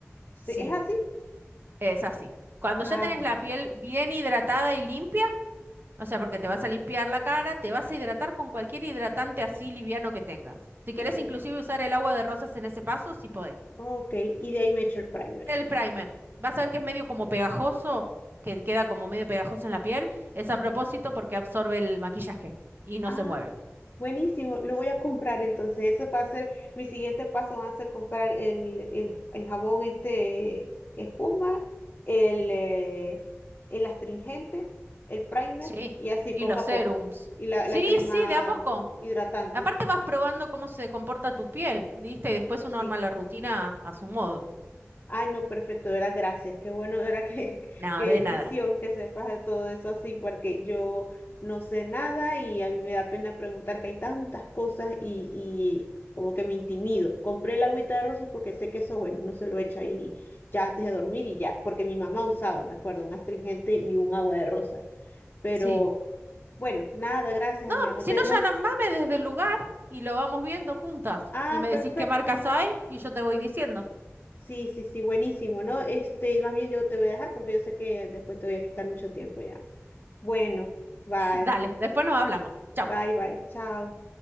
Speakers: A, on the left (about 40°); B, on the right (about 45°).
A: ¿Se-
B: Sí,
A: ¿Es así?
B: es así. Cuando
A: Ajá.
B: ya tenés la piel bien hidratada y limpia, O sea, porque te vas a limpiar la cara, te vas a hidratar con cualquier hidratante así liviano que tengas. Si querés
A: Mm,
B: inclusive usar el agua de rosas en ese paso, sí podés.
A: ok, y de ahí me echo el primer.
B: El primer. Vas a ver que es medio como pegajoso, que queda como medio pegajoso en la piel. Es a propósito porque absorbe el maquillaje y no
A: Ah,
B: se mueve.
A: buenísimo, lo voy a comprar entonces. Eso va a ser, mi siguiente paso va a ser comprar el, el, el jabón este espuma, el, eh, el astringente, el primer
B: Sí.
A: y así poco
B: Y los
A: a
B: serums.
A: poco. Y la,
B: Sí,
A: la crema
B: sí, de a poco.
A: hidratante,
B: Aparte
A: sí,
B: vas probando cómo se comporta tu piel, ¿viste? Y después uno
A: sí.
B: arma la rutina a su modo.
A: Ay, no, perfecto, era gracias. Qué bueno, era que, <laughs>
B: Nada,
A: qué
B: de
A: bendición
B: nada.
A: que sepas de todo eso así, porque yo no sé nada y a mí me da pena preguntar que hay tantas cosas y, y como que me intimido. Compré el agüita de rosas porque sé que eso, bueno, uno se lo echa ahí ya antes de dormir y ya, porque mi mamá usaba, me acuerdo, un astringente y un agua de rosas. Pero
B: Sí.
A: bueno, nada, gracias,
B: No,
A: amiga. No
B: si
A: te,
B: no,
A: no,
B: ya na- mame desde el lugar y lo vamos viendo juntas.
A: ah,
B: Y me
A: perfecto.
B: decís qué marcas hay y yo te voy diciendo.
A: Sí, sí, sí, buenísimo, ¿no? Este, más bien yo te voy a dejar porque yo sé que después te voy a quitar mucho tiempo ya. Bueno, bye,
B: Dale, después nos hablamos. Chau.
A: bye, bye, chao.